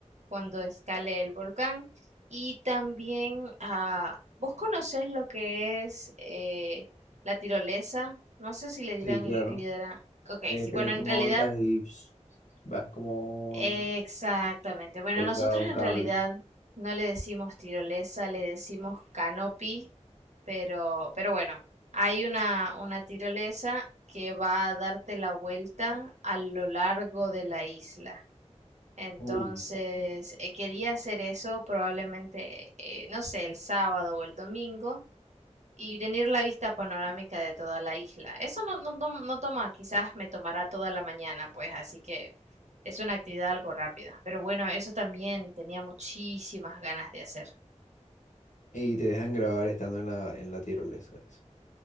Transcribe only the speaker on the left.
sí, claro.
Eh,
que
tú
te montas
y psh, vas como
colgado
a un
cable.
Uh.
Y te dejan grabar estando en la, en la tirolesa. eso.